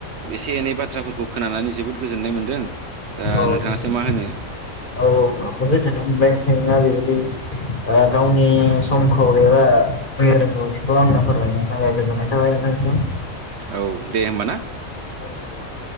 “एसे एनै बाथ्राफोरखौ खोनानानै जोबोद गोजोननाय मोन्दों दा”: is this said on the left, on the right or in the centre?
Right